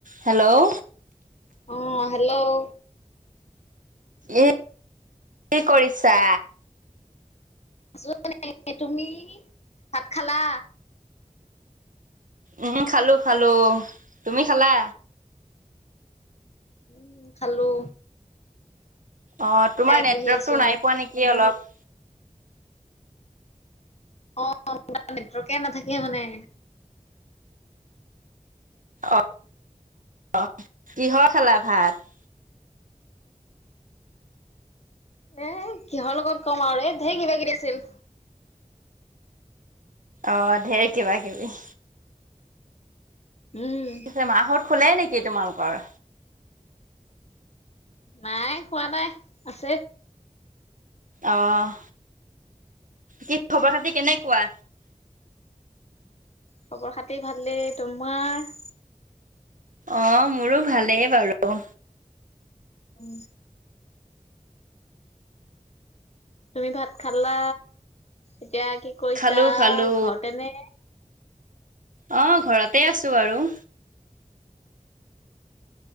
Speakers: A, on the right; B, on the left.
A: Hello
B: অ', hello
A: এ, কি কৰিছা?
B: আছ ন, তুমি ভাত খালা?
A: উম খালো, খালো, তুমি খালা?
B: উম, খালো।
A: অ', তোমাৰ
B: খাই
A: নেটৱৰ্কতটো
B: বহি আছো
A: নাই পোৱা নেকি অলপ
B: অ', নেটৱৰ্কে নাথাকে মানে
A: অ', কিহৰ খালা ভাত?
B: এ কিহৰ লগত ক'ম, আৰু এ ধঢেৰ কিবা কিবি আছিল
A: অ', ঢেৰ কিবা কিবি
B: উম
A: পিছে মাহত শুলে নেকি? তোমালোকৰ
B: নাই শুৱা নাই। আছে।
A: অ', কি খবৰ খাতি কেনেকুৱা?
B: খবৰ খাতি ভালেই। তোমাৰ?
A: অ', মোৰো ভালেই বাৰু।
B: উম। তুমি ভাত খালা। এতিয়া কি কৰিছা
A: খালো খালো
B: ঘৰতে নে?
A: অ', ঘৰতেই আছো আৰু।